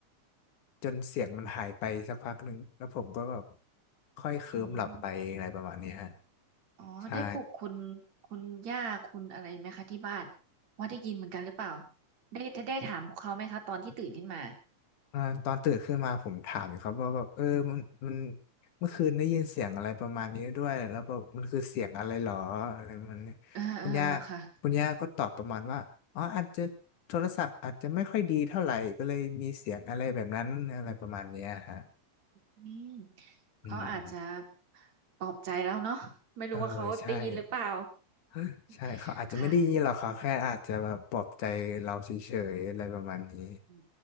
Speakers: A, on the left (about 80°); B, on the right (about 60°).
A: จนเสียงมันหายไปสักพักหนึ่งแล้วผมก็แบบค่อยเคลิ้มหลับไปอะไรประมาณนี้ฮะ
B: อืมอ๋อได้ปลุกคุณ
A: ใช่
B: คุณย่าคุณอะไรไหมคะที่บ้านว่าได้ยินเหมือนกันหรือเปล่า ได้ได้ถามพวกเขาไหมคะตอนที่ตื่นขึ้นมา
A: อ่าตอนตื่นขึ้นมาผมถามอยู่ครับว่าแบบเออมันมันเมื่อคืนได้ยินเสียงอะไรประมาณนี้ด้วยแล้วแบบมันคือเสียงอะไรหรออะไรมันเนี่ยคุณย่า
B: เออเออเออค่ะ
A: คุณย่าก็ตอบประมาณว่าอ๋ออาจจะโทรศัพท์อาจจะไม่ค่อยดีเท่าไหร่ก็เลยมีเสียงอะไรแบบนั้นอะไรประมาณเนี้ยฮะ
B: อืมเขาอาจจะ
A: อืม
B: ปลอบใจแล้วเนาะไม่รู้ว่าเขาได้ยินหรือเปล่า
A: เออใช่ <gasps> ใช่เขาอาจจะไม่ได้ยินหรอกเขาแค่อาจจะแบบปลอบใจเราเฉยๆอะไรประมาณนี้
B: <laughs> ค่ะอืม